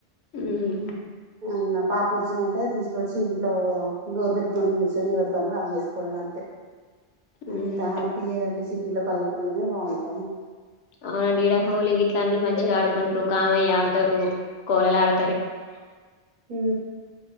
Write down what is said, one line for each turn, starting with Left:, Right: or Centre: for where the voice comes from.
Left: ఉమ్
Right: ఇంగా పాప వచ్చిందంటే తీసుకొచ్చి ఇంట్లో డోర్ పెట్టుకని కూర్చొని ఎవరి పని వాళ్ళ చేసుకోవడమే అంతే
Left: ఉమ్.
Right: అంతా అనిపియదండి సిటీలో పల్లెటూల్లోనే బాగుంటాయి
Left: అవ్నండి ఇడ హోలీ గిట్ల అన్ని మంచిగా ఆడుకుంటారు కామయ్య ఆడతారు కోళలు ఆడ్
Right: హు